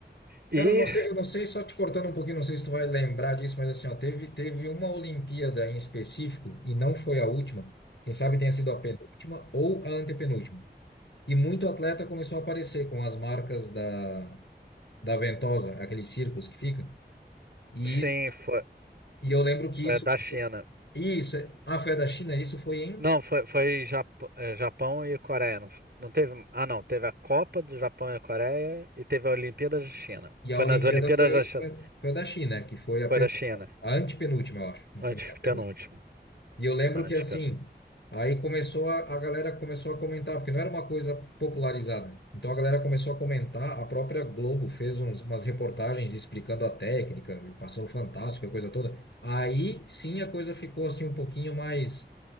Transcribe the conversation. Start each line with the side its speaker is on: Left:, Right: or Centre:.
Right: E,
Left: Cara, eu não sei, eu não sei, só te cortando um pouquinho, não sei se tu vai lembrar disso, mas assim, ó, teve, teve uma Olimpíada em específico, e não foi a última, quem sabe tenha sido a penúltima ou a antepenúltima. E muito atleta começou a aparecer com as marcas da, da ventosa, aqueles círculos que ficam. E,
Right: sim, foi,
Left: e eu lembro que
Right: foi
Left: isso,
Right: da China.
Left: isso, é, ah, foi a da China, isso foi em,
Right: Não, foi, foi Jap- é, Japão e Coreia. Não, não teve. Ah, não. Teve a Copa do Japão e a Coreia e teve a Olimpíada da China.
Left: e
Right: Foi
Left: a Olimpíada
Right: nas Olimpíadas
Left: foi,
Right: da China.
Left: foi, foi a da China, que foi a
Right: Foi da China.
Left: A antepenúltima, eu acho. Não
Right: Antes
Left: foi nem a penúltima.
Right: penúltimo.
Left: E eu lembro
Right: Antes
Left: que assim, aí começou a, a galera começou a comentar, porque não era uma coisa popularizada. Então a galera começou a comentar, a própria Globo fez uns- umas reportagens explicando a técnica, e passou o Fantástico, a coisa toda. Aí sim a coisa ficou assim um pouquinho mais